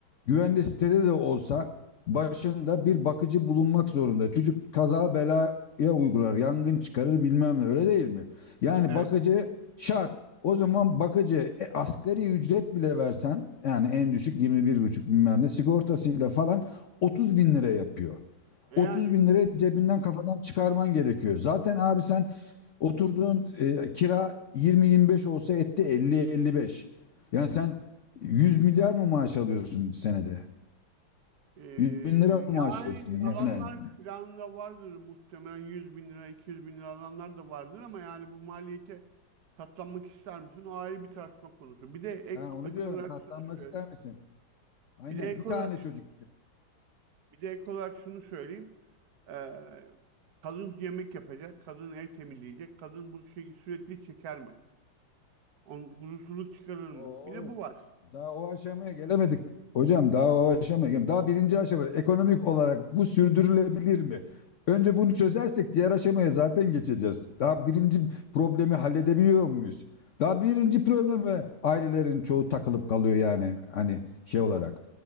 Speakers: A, on the left (about 80°); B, on the right (about 55°).
A: Güvenli sitede de olsa başında bir bakıcı bulunmak zorunda. Çocuk kaza belaya uygular, yangın çıkarır bilmem ne öyle değil mi? Yani
B: evet
A: bakıcı şart. O zaman bakıcı e, asgari ücret bile versen yani en düşük 21,5 bilmem ne sigortasıyla falan otuz bin lira yapıyor.
B: E
A: Otuz
B: yani
A: bin lira cebinden kafadan çıkarman gerekiyor. Zaten abi sen oturduğun e, kira yirmi yirmi beş olsa etti elli elli beş. Yani sen 100 milyar mı maaş alıyorsun senede?
B: e,
A: 100 bin lira
B: yani
A: maaş alıyorsun yani.
B: alanlar filan da vardır muhtemelen 100 bin lira 200 bin lira alanlar da vardır ama yani bu maliyete katlanmak ister misin o ayrı bir tartışma konusu bir de ek,
A: Ha, onu
B: ek
A: diyorum
B: olarak
A: katlanmak
B: şunu söyleyeyim
A: ister misin? Aynen
B: bir de ek
A: bir tane
B: olarak
A: çocuk
B: Bir de ek olarak şunu söyleyeyim. Ee, kadın yemek yapacak, kadın ev temizleyecek, kadın bu şeyi sürekli çeker mi? Onun huzursuzluk çıkarır mı?
A: Oo,
B: Bir de bu var.
A: daha o aşamaya gelemedik. Hocam daha o aşamaya gelemedik. Daha birinci aşama ekonomik olarak bu sürdürülebilir mi? Önce bunu çözersek diğer aşamaya zaten geçeceğiz. Daha birinci problemi halledebiliyor muyuz? Daha birinci probleme ailelerin çoğu takılıp kalıyor yani hani şey olarak.